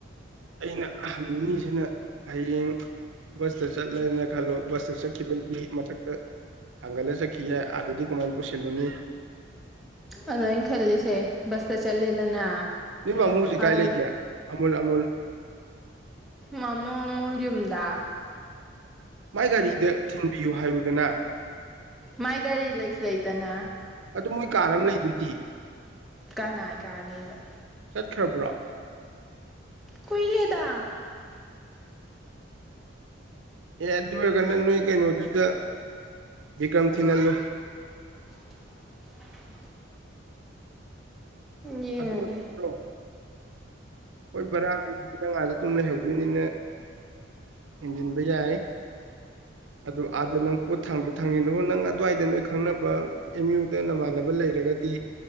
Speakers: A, on the right (about 75°); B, in the centre.
A: ꯑꯩꯅ ꯍꯪꯅꯤꯡꯉꯤꯁꯤꯅ ꯍꯌꯦꯡ ꯕꯁꯇꯔ ꯆꯠꯂꯅ ꯈꯂꯣ ꯁꯇꯔ ꯆ ꯈꯄ ꯃꯊꯛ ꯊꯪꯒꯥꯂ ꯆ ꯀꯍꯦ ꯑꯗꯗꯤ ꯀꯃꯥꯏ ꯄꯨꯁꯤꯂꯨꯅꯤ
B: ꯑꯗꯨ ꯑꯩꯅ ꯈꯜꯂꯤꯁꯦ ꯕꯁꯇꯥ ꯆꯠꯂꯗꯅ
A: ꯅꯣꯏ ꯃꯥꯃꯣ ꯍꯧꯖꯤꯛ
B: ꯑꯗꯨ
A: ꯀꯥꯏ ꯂꯩꯒꯦ ꯑꯃꯨꯜ ꯑꯃꯨꯜ
B: ꯃꯃꯨ ꯃꯃꯣ ꯌꯨꯝꯗꯗꯥ
A: ꯃꯥꯏ ꯒꯥꯔꯤꯗ ꯊꯤꯟꯕꯤꯌꯨ ꯍꯥꯏꯌꯨꯗꯅ
B: ꯃꯥꯏ ꯒꯥꯔꯤ ꯂꯩꯁꯨ ꯂꯩꯇꯅ
A: ꯑꯗꯨ ꯃꯣꯏ ꯀꯥꯔ ꯑꯃ ꯂꯩꯗꯨꯗꯤ
B: ꯀꯅꯥꯏ ꯀꯥꯔ ꯂꯩꯕ
A: ꯆꯠꯇ꯭ꯔꯔꯄꯨꯔꯥ
B: ꯀꯨꯏꯔꯥꯗ
A: ꯑꯦ ꯑꯗꯨ ꯑꯣꯏꯔꯒꯅ ꯅꯣꯏ ꯀꯩꯅꯣꯗꯨꯗ ꯕꯤꯀ꯭ꯔꯝ ꯊꯤꯍꯜꯂꯨ
B: <inaudible> ꯌꯡꯉꯥꯒꯦ
A: ꯑꯗꯨꯅ ꯐꯠꯇ꯭ꯔꯣ ꯍꯣꯏ ꯕꯔꯥꯕꯨꯅ ꯉꯥꯗ ꯑꯗꯨꯝ ꯂꯩꯍꯧꯗꯣꯏꯅꯤꯅ ꯍꯦꯟꯖꯤꯟꯕ ꯌꯥꯏ ꯑꯗꯨ ꯑꯥꯗ ꯅꯪ ꯄꯣꯠ ꯊꯥꯡꯗꯣꯛ ꯊꯥꯡꯒꯤꯅꯨ ꯅꯪ ꯑꯗꯨꯋꯥꯏꯗ ꯅꯣꯏ ꯈꯪꯅꯕ ꯑꯦꯝ ꯌꯨꯗ ꯅꯃꯥꯟꯅꯕ ꯂꯩꯔꯒꯗꯤ